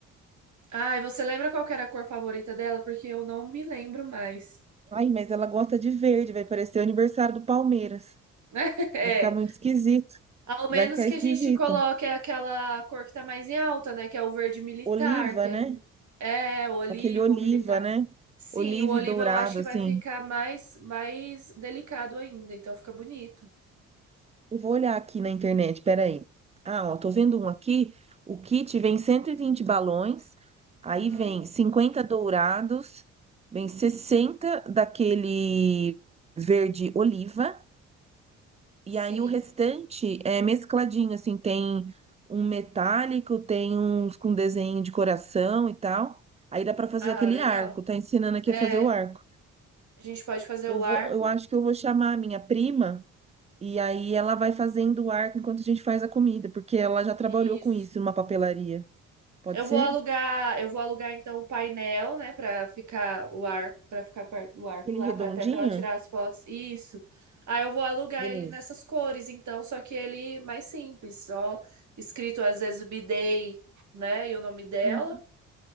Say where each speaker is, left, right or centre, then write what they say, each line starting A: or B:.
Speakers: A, on the right; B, on the right.
A: Ai, você lembra qual que era a cor favorita dela? Porque eu não me lembro mais.
B: Ai, mas ela gosta de verde, vai parecer o aniversário do Palmeiras.
A: <laughs> É,
B: Vai ficar muito esquisito,
A: ao menos
B: vai ficar
A: que
B: esquisito.
A: a gente coloque aquela cor que tá mais em alta, né? Que é o verde militar,
B: Oliva,
A: que aí-
B: né?
A: é o oliva,
B: Aquele oliva,
A: o militar.
B: né?
A: Sim,
B: Oliva
A: o oliva
B: e dourado,
A: eu acho que
B: assim.
A: vai ficar mais mais delicado ainda, então fica bonito.
B: Eu vou olhar aqui na internet, peraí. Ah, ó, tô vendo um aqui. O kit vem 120 balões, aí
A: Uhum,
B: vem 50 dourados, vem 60 daquele verde oliva, e
A: sim.
B: aí o restante é mescladinho, assim, tem um metálico, tem uns com desenho de coração e tal. Aí dá pra fazer
A: Ah,
B: aquele
A: legal.
B: arco, tá ensinando aqui
A: É,
B: a fazer o arco.
A: a gente pode fazer
B: Eu
A: o
B: vou,
A: arco.
B: eu acho que eu vou chamar a minha prima e aí ela vai fazendo o arco enquanto a gente faz a comida, porque ela já trabalhou
A: Isso.
B: com isso numa papelaria. Pode
A: Eu
B: ser?
A: vou alugar, eu vou alugar então o painel, né, para ficar o arco, para ficar perto do arco
B: Aquele
A: lá,
B: redondinho?
A: para até para ela tirar as fotos. Isso. Aí eu vou alugar
B: Beleza.
A: ele nessas cores, então, só que ele mais simples, só escrito às vezes B-Day, né, e o nome dela.
B: Uhum.